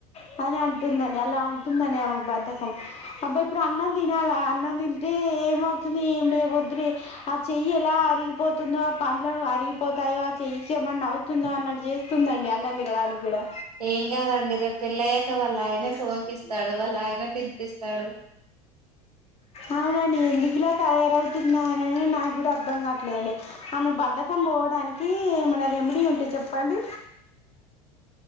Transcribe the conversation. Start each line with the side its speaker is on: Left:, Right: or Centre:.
Left: <unintelligible> ఉంటుందంని అలా ఉంటుందని ఆమెకు బద్ధకం అబ్బా ఇప్పుడు అన్నం తినాలి అన్నం తింటే ఏమవు ఏం లే వొద్దు లే ఆ చెయ్యి ఎలా అరిగిపోతుందో ఆ పండ్లు అరి పోతయో ఆ చేయి కి ఏమైనా అవుతుంద అన్నట్టు చేస్తుందండి అన్నం తినడానికి కూడా
Right: ఏం కాదండి రేపు పెళ్ళయ్యాక వాళ్ళ ఆయనే సోంపిస్తాడు వాళ్ళ ఆయనే తినిపిస్తాడు
Left: అవును అండి ఎందుకు ఇలాక్ తయారవుతున్నానని నాకు కూడా అర్థం కావట్లేదండి ఆమె బద్దకం పోవడానికి ఏమైనా రెమెడీ ఉంటే చెప్పండి.